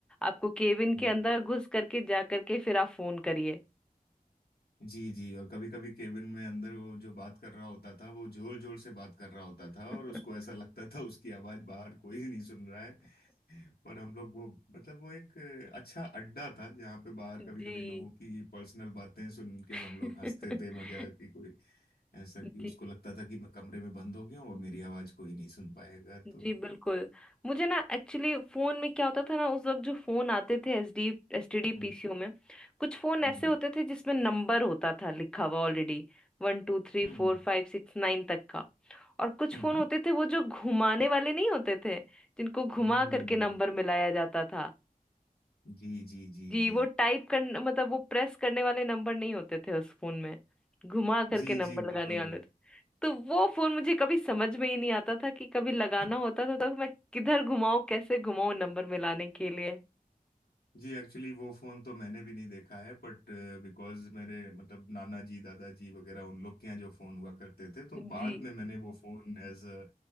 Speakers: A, in the centre; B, on the left (about 80°).
A: आपको केबिन
B: हम्म
A: के अंदर घुस करके जा करके फिर आप फोन करिए
B: जी जी और कभी कभी केबिन में अंदर वो जो बात कर रहा होता था वो जोर जोर से बात कर रहा होता था
A: <laughs>
B: और उसको ऐसा लगता था उसकी आवाज बाहर कोई नहीं सुन रहा है पर हम लोग वो मतलब वो एक अच्छा अड्डा था जहाँ पे बाहर कभी
A: जी
B: कभी लोगों की पर्सनल बातें सुन के
A: <laughs>
B: हम लोग हंसते थे मजा की कोई ऐसा कि
A: जी
B: उसको लगता था कि मैं कमरे में बंद हो गया हूँ और मेरी आवाज कोई नहीं सुन पाएगा तो
A: जी बिल्कुल मुझे ना एक्चुअली फोन में क्या होता था ना उस वक्त जो फोन आते थे एसडी एसटीडी
B: हम्म
A: पीसीओ में कुछ फोन
B: हम्म
A: ऐसे होते थे जिसमें नंबर होता था लिखा हुआ ऑलरेडी वन टू थ्री
B: हम्म
A: फोर
B: हम्म
A: फाइव सिक्स नाइन तक का और कुछ
B: हम्म,
A: फोन होते थे वो जो घुमाने वाले नहीं होते थे जिनको घुमा
B: हम्म,
A: करके नंबर मिलाया जाता था
B: जी जी जी
A: जी
B: जी
A: वो टाइप कर मतलब वो प्रेस करने वाले नंबर नहीं होते थे उस फोन में घुमा करके
B: जी
A: नंबर
B: जी बिल्कुल
A: लगाने वाले थे तो वो फोन मुझे कभी समझ में ही नहीं आता था कि कभी लगाना
B: <laughs>
A: होता था तो मैं किधर घुमाऊं कैसे घुमाऊं नंबर मिलाने के लिए
B: जी एक्चुअली वो फोन तो मैंने भी नहीं देखा है बट बिकॉज मेरे मतलब नाना जी दादाजी वगैरह उन लोग के यहाँ जो फोन हुआ करते थे तो
A: जी
B: बाद में मैंने वो phone as a